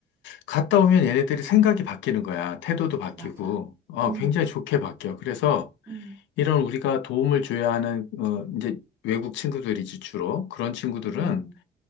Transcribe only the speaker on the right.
맞아.
음,
음,
음,